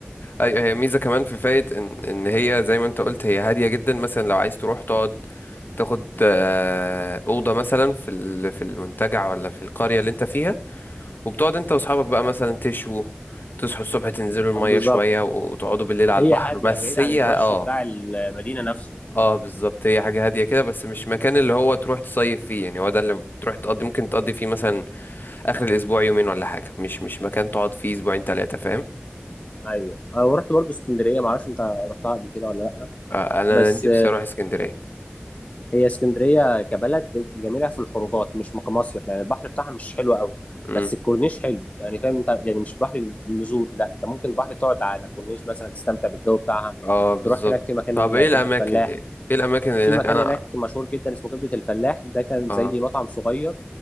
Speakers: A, on the left; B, on the left.
A: ايوه هي ميزه كمان في فايد ان ان هي زي ما انت قلت هي هاديه جدا مثلا لو عايز تروح تقعد تاخد آه، اوضه مثلا في ال- في المنتجع ولا في القريه اللي انت فيها وبتقعد انت واصحابك بقى مثلا تشوا تصحوا الصبح تنزلوا المية
B: بالظبط
A: شوية وتقعدوا بالليل على
B: هي
A: البحر
B: هاديه
A: بس
B: بعيد عن
A: هي
B: الوش
A: اه
B: بتاع المدينه نفسه
A: اه بالظبط هي حاجة هادية كده بس مش مكان اللي هو تروح تصيف فيه يعني هو ده اللي بتروح تقضي ممكن تقضي فيه مثلا آخر الأسبوع يومين ولا حاجة مش مش مكان تقعد فيه أسبوعين تلاتة فاهم
B: ايوه انا رحت برضو اسكندريه ما اعرفش انت رحتها قبل كده ولا لا
A: آه أنا
B: بس
A: نفسي أروح اسكندرية
B: هي اسكندرية كبلد جميلة في الخروجات مش كمصيف يعني البحر بتاعها مش حلو قوي
A: مم.
B: بس الكورنيش حلو يعني فاهم انت يعني مش بحر النزول لا انت ممكن البحر تقعد على الكورنيش مثلا تستمتع بالجو بتاعها
A: اه بالظبط
B: تروح هناك في مكان
A: طب ايه
B: كبدة
A: الأماكن
B: فلاح
A: ايه الأماكن اللي
B: في
A: هناك
B: مكان
A: أنا
B: هناك مشهور جدا اسمه كبدة الفلاح ده كان
A: اه
B: زي مطعم صغير